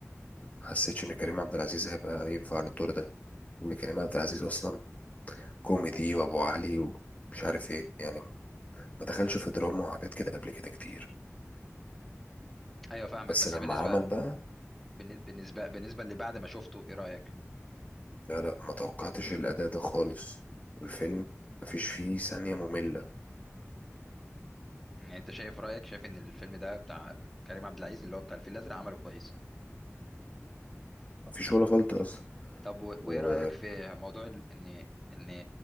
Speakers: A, on the left; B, in the centre.
A: ما حسيتش إن كريم عبد العزيز هيبقى ينفع للدور ده إن كريم عبد العزيز أصلا كوميدي وأبو علي ومش عارف إيه يعني ما دخلش في دراما وحاجات كده قبل كده كتير
B: ايوه فاهمك
A: بس
B: بس
A: لما
B: بالنسبة
A: عمل بقى
B: بالن- بالنسبة بالنسبة باللي بعد ما شفته ايه رأيك
A: لا لا ما توقعتش الأداء ده خالص والفيلم مفيش فيه ثانية مملة
B: يعني انت شايف رأيك شايف ان الفيلم ده بتاع كريم عبد العزيز اللي هو بتاع الفيل الازرق عمله كويس
A: مفيش ولا غلطة أصلا
B: طب و- وايه
A: و
B: رأيك في موضوع ال- ان ان